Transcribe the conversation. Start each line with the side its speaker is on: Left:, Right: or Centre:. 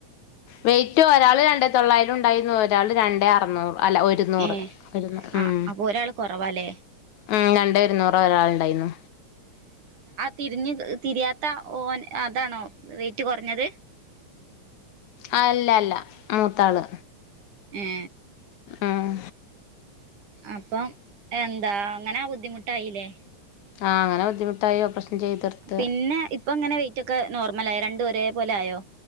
Left: വെയിറ്റ് ഒരാൾ രണ്ടേ തൊള്ളായിരം ഉണ്ടായിരുന്നു ഒരാൾ രണ്ട അറുന്നൂറ് അല്ല ഒരുന്നൂറ്
Right: ഏ
Left: ഒരുുന്നൂ
Right: ആ
Left: ഉം
Right: അപ്പൊ ഒരാള് കുറവാല്ലേ
Left: ഉം രണ്ടോ ഇരുന്നൂറോ ഒരാൾുണ്ടായിരുന്നു
Right: തിരിഞ്ഞു തിരിയാത്ത ഓൻ അതാണോ റേറ്റ് കുറഞ്ഞത്
Left: ആ അല്ല അല്ല മൂത്താള്
Right: ഉഏ
Left: ആഹ
Right: അപ്പം എന്താ അങ്ങനെ ബുദ്ധിമുട്ടായില്ലേ
Left: ആ അങ്ങനെ ബുദ്ധിമുട്ടായി ഓപ്പറേഷൻ ചെയ്തെടുത്ത്
Right: പിന്നെ ഇപ്പൊ ഇങ്ങനെ വെറ്റ്ൊക്കെ നോർമല ആയോ രണ്ടുപേരെ പോലെ ആയോ